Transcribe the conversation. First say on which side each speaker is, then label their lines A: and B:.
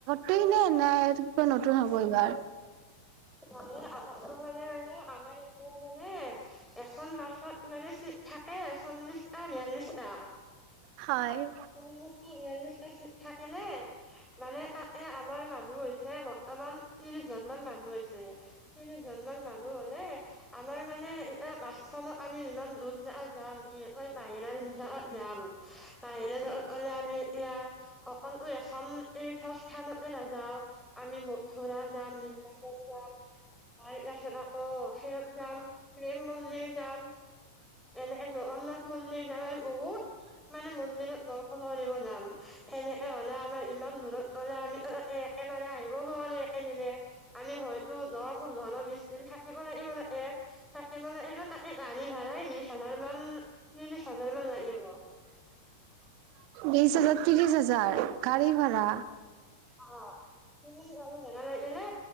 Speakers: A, on the right (about 45°); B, in the centre.
A: ত এনে নাই, কিবা নতুন হ'ব এইবাৰ।
B: আমাৰ আ মানে মানে আমাৰ এ মানে। এখন বাছত মানে, চি থাকে, চল্লিশটা বিৰাল্লিছটা,
A: হয়
B: চল্লিশটা বিয়াল্লিছটা। থাকিলে, মানে তাতে আমাৰ মানুহ হৈছে, আমাৰ ত্ৰিশজন মান মানুহ। হৈছে তিনিজনমান মানুহ হলে। আমাৰ মানে এয়া বাছখনত আমি ইমান জো চা যাম। বিশষকৈ বাহিৰা জ জাল। বাহিৰা <unintelligible> অকল এখন তীৰ্থ স্থানতে নাযাওঁ, আমি ঘৰা যাম। যাম, তাৰপিছত আকৌ হেয়ত যাম। প্ৰেম মন্দিৰ যাম। এনে জগন্নাথ মন্দিৰ <unintelligible> মানে মন্দিৰত দৰ্শন কৰিব যাম। সেনেকে হলে আমাৰ ইমান দূৰত। গলে আমি অ' একেবাৰে আহিব নোৱাৰো একেদিনে। আমি হয়তো ন, পোন্ধৰ, বিশ দিন, থাকিব লাগিব তাতে। থাকিব লাগিব মানে গাড়ী ভাড়াই বিশ হাজাৰ মান, ত্ৰিশ হাজাৰ মান লাগিব।
A: বিশ হাজাৰ, ত্ৰিশ হাজাৰ গাড়ী ভাড়া?
B: অ'। উম' আৰু ভাড়া লাগিলে,